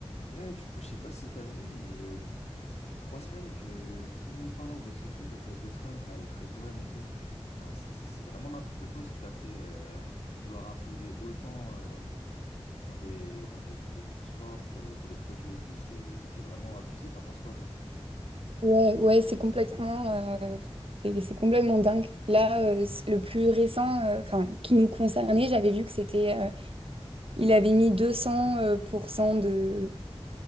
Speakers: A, on the left; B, on the right.
A: Ouais, du coup, je sais pas si t'as vu, mais il- ça fait trois semaines que tout le monde parle de ce truc à cause de Trump, là, les frais de douane et tout. Enfin, c'est c'est vraiment n'importe quoi ce qu'il a fait, euh, vouloir imposer autant euh, dans des, dans des, dans des transports pour les, pour les produits et tout, c'est c'est vraiment abusé. T'en penses quoi, toi?
B: Ouais, ouais, c'est complètement, euh, c'est c'est complètement dingue. Là, euh, c- le plus récent, euh, enfin, qui nous concernait, j'avais vu que c'était, euh, il avait mis 200% euh, pour cent de,